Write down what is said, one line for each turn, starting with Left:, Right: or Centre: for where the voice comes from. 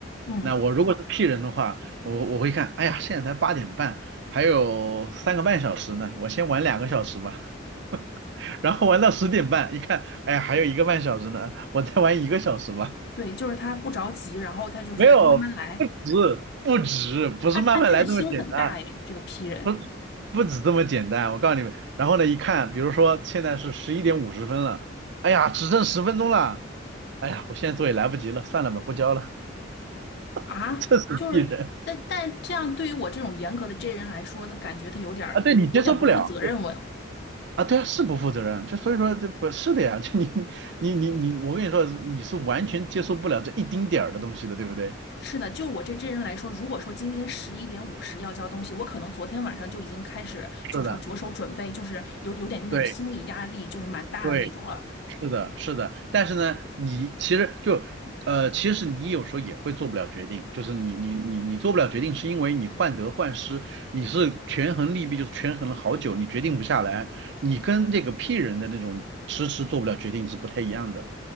Left: 嗯。
Right: 那我如果是 P 人的话，我我会看，哎呀，现在才八点半，还有三个半小时呢，我先玩两个小时吧，<laughs> 然后玩到十点半，一看，哎呀，还有一个半小时呢，我再玩一个小时吧。
Left: 对，就是他不着急，然后他就是慢慢来。
Right: 没有，不止，不止，不是慢慢来这么简单。
Left: 他他真的心很大诶，这个 P 人
Right: 不不止这么简单，我告诉你们。然后呢，一看，比如说现在是十一点五十分了，哎呀，只剩十分钟了，哎呀，我现在做也来不及了，算了吧，不交了，
Left: 啊，
Right: <laughs> 这是鄙人
Left: 就是，但但这样对于我这种严格的 J 人来说，他感觉他有点儿就是有点不负责任我哟。
Right: 啊！对你接受不了啊，对啊，是不负责任，就所以说这不是的呀，就你你你你，我跟你说，你是完全接受不了这一丁点儿的东西的，对不对？
Left: 是的，就我这 J 人来说，如果说今天十一点五十要交东西，我可能昨天晚上就已经开始就是要着手准备，
Right: 是的，
Left: 就是有有点那种心理压力，
Right: 对
Left: 就是蛮大的那种了。
Right: 对。是的，是的，但是呢，你其实就呃，其实你有时候也会做不了决定，就是你你你你做不了决定，是因为你患得患失，你是权衡利弊，就是权衡了好久，你决定不下来，你跟这个 P 人的那种迟迟做不了决定是不太一样的